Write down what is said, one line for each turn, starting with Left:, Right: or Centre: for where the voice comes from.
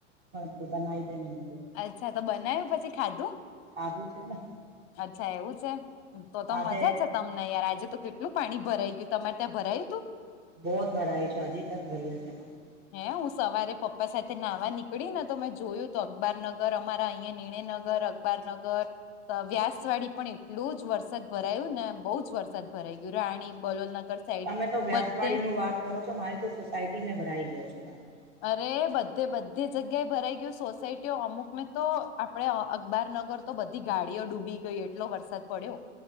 Right: હ બધ નાઈે નને બ
Left: અચ્છા તો બનાવ્યું પછી ખાધું
Right: ખાધું છે ને
Left: અચ્છા એવું છે તો તો
Right: આજે
Left: મજા છે તમને યાર આજે તો કેટલું પાણી ભરાઈ ગયું તમારે ત્યાં ભરાયું તું
Right: બહત ભરાઈ છે અજી તક ભરાય છે પાણી
Left: હે હું સવારે પપ્પા સાથે નાહવા નીકળી ને તો મેં જોયું તો અકબાર નગર અમારા અહીિયાં નિણયનગર અકબારનગર વ્યાસવાડી પણ એટલું જ વરસાદ ભરાયું ને બહુ જ વરસાદ ભરાઈ ગયું રાણી બલોલનગર સાઈડ
Right: તમે તો વ્યાસવાડી
Left: બધે
Right: નું વાત કરો છો મારી તો સોસાયટી મેં ભરાઈ ગયો છે પાણી
Left: અરે બધે બધી જગ્યાએ ભરાઈ ગયું સોસાયટીઓ અમુક મેં તો આપડે અકબાર નગર તો બધી ગાડીઓ ડૂબી ગઈ એટલો વરસાદ પડ્યો